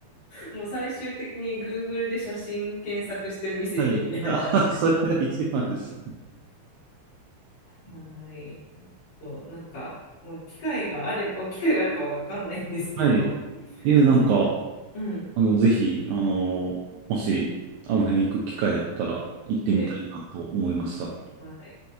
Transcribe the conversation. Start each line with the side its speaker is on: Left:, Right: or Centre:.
Left: もう最終的に Google で写真検索して見せてみたいな感じで
Right: はい。あ、それが一番ですね。
Left: はい。そう、なんか、もう機会があれば、機会があるかはわかんないんですけど、
Right: はい。
Left: <laughs>
Right: え、
Left: もしなんか、
Right: なんか、
Left: うん。
Right: あの、ぜひ、あの、もし、あの辺行く機会あったら行ってみたいなと思いました。
Left: ね、はい。